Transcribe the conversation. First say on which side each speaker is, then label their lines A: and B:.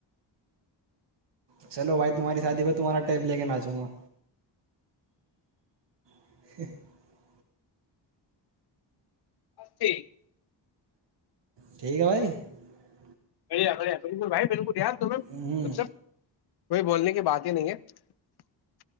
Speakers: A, on the right; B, on the left.
A: چلو و <unintelligible> تمہاریادی ب تمہ ٹ ل کے آاؤںا <unintelligible> <inaudible> <unintelligible>
B: بس
A: ٹھیک ہے بھائی <unintelligible>
B: کھیا کڑے <unintelligible> بالکل بھائی بالکل یاد تمیں
A: ہوں
B: کچھ سب <unintelligible> کوئی بولنے کی بات ہی نہیں ہے <unintelligible>